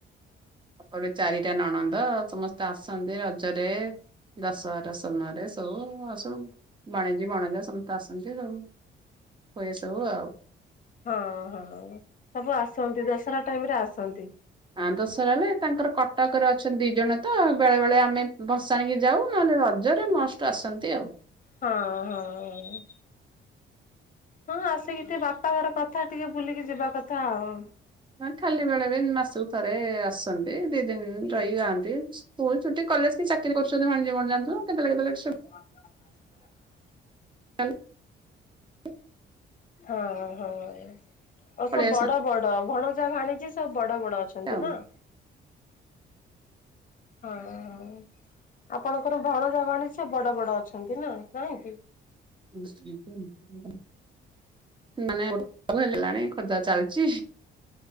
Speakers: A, on the right; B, on the left.
A: ତାପରେ ଚାରିଟା ନଣନ୍ଦ ସମସ୍ତେ ଆସନ୍ତି ରଜରେ। ଦଶହରା ସମୟରେ ସବୁ ଆଉ ସବୁ ଭାଣିଜୀ ଭଣଜ ସମସ୍ତେ ଆସନ୍ତି ଆଉ। ହୁଏ ସବୁ ଆଉ।
B: ହଁ ହଁ ସବୁ ଆସନ୍ତି ଦଶହରା ଟାଇମ ରେ ଆସନ୍ତି।
A: ଆ ଦଶରା ହେଲେ ତାଙ୍କର କଟକରେ ଅଛନ୍ତି ଦି ଜଣ ତ ବେଳେ ବେଳେ ଆମେ ବସି ଆଣିକି ଯାଉ ନହେଲେ ରଜରେ ମଷ୍ଟ ଆସନ୍ତି ଆଉ।
B: ହଁ ହଁ। ହଉ। ହଁ ଆସିକି ଟିକେ ବାପା ଘର କଥା ଟିକେ ବୁଲିକି ଯିବା କଥା ଆଉ।
A: ନ ଖାଲି ବେଳେରେ ମାସକୁ ଥରେ ଆସନ୍ତି। ଦି ଦିନିନ ରହିିାଆନ୍ତି ସ୍କୁଲ ଛୁଟି କଲେ କି ଚାକିରି କରୁଛନ୍ତି ମୀ ମଣ ଯାନ୍ତୁ କେତେବେଳେ କେତେବେଳେ ଛ
B: ହ।
A: ହ୍ୟାଲୋ
B: ହଁ ହଁ ଆଉ
A: ପଳେଇ
B: ସବୁ
A: ଆସନ୍ତି
B: ବଡ ବଡ ଭଣଜା ଭାଣିଛି ସବୁ ବଡ ବଡ ଅଛ ଅଛନ୍ତି
A: ଆଉ।
B: ନା? ହଁ ହ ଆପଣଙ୍କର ଭଣଜା ଭାଣୀଜି ସେ ବଡ ବଡ ଅଛନ୍ତି ନା ନାହିଁକି।
A: <unintelligible> ମାନେ <unintelligible> ହେଲାଣି ଖୋଜା ଚାଲିଛି